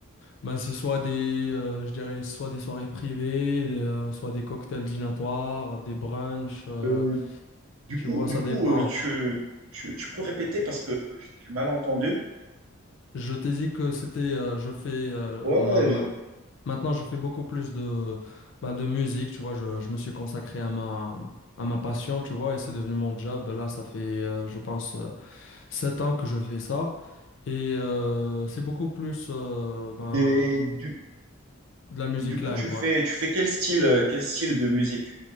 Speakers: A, on the left; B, on the right.
A: ben, c'est soit des, euh, je dirais, soit des soirées privées, des, euh, soit des cocktails dînatoires, des brunchs, euh,
B: Euh, Du
A: tu
B: coup,
A: vois,
B: du
A: ça
B: coup
A: dépend.
B: euh, tu, tu, tu peux répéter parce que j'ai mal entendu.
A: Je t'ai dit que c'était, euh, je fais, euh,
B: Ouais,
A: ma,
B: ouais.
A: ma-
B: je-
A: maintenant je fais beaucoup plus de, bah, de musique, tu vois, je, je me suis consacré à ma, à ma passion, tu vois, et c'est devenu mon job. Là, ça fait, euh, je pense, euh, sept ans que je fais ça, et euh, c'est beaucoup plus euh, ben,
B: Et du,
A: de la musique
B: du
A: live,
B: coup, tu
A: ouais.
B: fais, tu fais quel style, euh, quel style de musique?